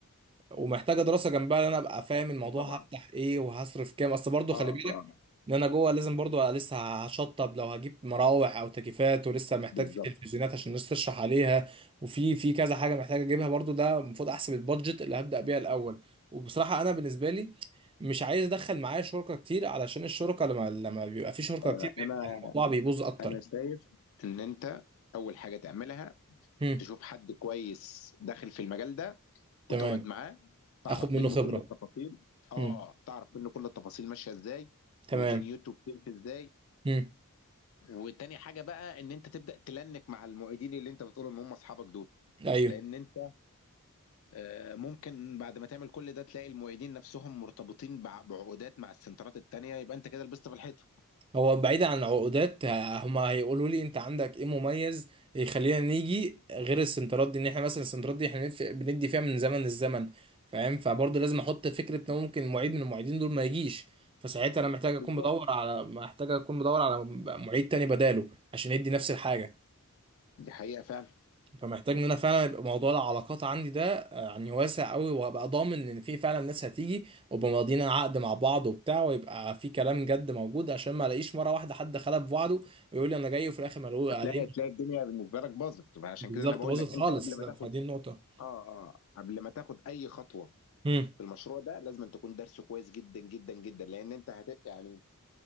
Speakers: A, on the right (about 25°); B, on the left (about 65°).
A: ومحتاجه دراسه جنبها ان انا ابقى فاهم الموضوع
B: طبعا
A: هفتح ايه وهصرف كام اصل برضو خلي
B: اه
A: بالك
B: اه
A: ان انا جوه لازم برضو أبقى لسه هشطب لو هجيب مراوح او تكييفات ولسه محتاج
B: بالظبط
A: في تلفزيونات عشان الناس تشرح عليها وفي في كذا حاجه محتاج اجيبها برضو ده المفروض احسب البادجت اللي هبدا بيها الاول وبصراحه انا بالنسبه لي مش عايز ادخل معايا شركه كتير علشان الشركه لما لما بيبقى في شركه كتير
B: انا
A: بيبقى الموضوع بيبوظ اكتر
B: انا شايف ان انت اول حاجه تعملها
A: هم.
B: تشوف حد كويس داخل في المجال ده
A: تمام
B: وتقعد معاه تعرف
A: اخد منه
B: منه
A: خبرة
B: كل التفاصيل اه
A: امم
B: تعرف منه كل التفاصيل ماشيه ازاي
A: تمام
B: ودنيته بتمشي ازاي
A: امم
B: وتاني حاجه بقى ان انت تبدا تلنك مع المعيدين اللي انت بتقول ان هم اصحابك دول
A: ايوه
B: لان انت آه، ممكن بعد ما تعمل كل ده تلاقي المعيدين نفسهم مرتبطين بع- بعقودات مع السنترات التانيه يبقى انت كده لبست في الحيطه
A: هو بعيدا عن العقودات ه- هما هيقولوا لي انت عندك ايه مميز يخلينا نيجي غير السنترات دي ان احنا مثلا السنترات دي احنا بندف- بندي فيها من زمن للزمن فاهم فبرضه لازم احط فكرة ان ممكن معيد من المعيدين دول ما يجيش فساعتها انا محتاج اكون
B: بالظبط
A: بدور على محتاج اكون بدور على معيد تاني بداله عشان يدي نفس الحاجة
B: دي حقيقه فعلا
A: فمحتاج ان انا فعلا يبقى موضوع العلاقات عندي ده آه، يعني واسع قوي وابقى ضامن ان في فعلا ناس هتيجي وابقى ماضيين عقد مع بعض وبتاع ويبقى في كلام جد موجود عشان ما الاقيش مره واحده حد خلف وعده ويقول لي انا جاي وفي الاخر ما الاقوه
B: هتلاقي
A: عليه
B: تلاقي الدنيا بالنسبه لك باظت عشان
A: بالظبط
B: كده انا بقول
A: باظت
B: لك انت
A: خالص
B: قبل ما
A: فدي
B: تاخد
A: النقطه
B: اه اه قبل ما تاخد اي خطوه
A: امم
B: في المشروع ده لازم أن تكون درسه كويس جدا جدا جدا لان انت هت يعني